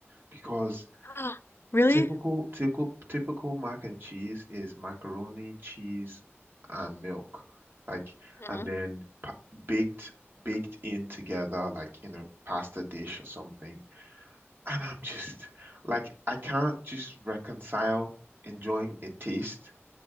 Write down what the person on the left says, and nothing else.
<gasps> Really?
Mhm.